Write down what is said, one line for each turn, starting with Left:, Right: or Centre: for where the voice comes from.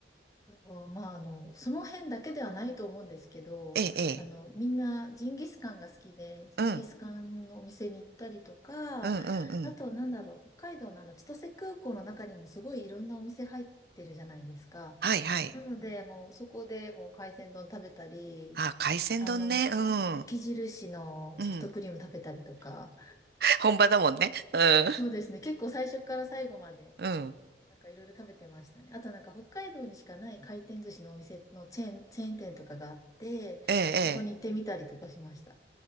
Left: うんまあ、あの、その辺だけではないと思うんですけど、
Right: べ。ええ、ええ。
Left: あの、みんなジンギスカンが好きで、ジンギスカンのお店に行ったりとか、
Right: うん、うん、うん、うん。
Left: あと、なんだろう、北海道のあの、千歳空港の中にもすごいいろんなお店入ってるじゃないですか。
Right: はい、はい。
Left: なので、もうそこでもう海鮮丼食べたり、
Right: あ、海鮮丼ね。
Left: あの、
Right: うん、
Left: 雪印のソフトクリーム食べたりとか、
Right: うん。<laughs> 本場だもんね。うん、
Left: そうですね、結構最初から最後まで
Right: うん。
Left: なんかいろいろ食べてましたね。あとなんか北海道にしかない回転寿司のお店のチェーン、チェーン店とかがあって、
Right: ええ、ええ。
Left: そこに行ってみたりとかしました。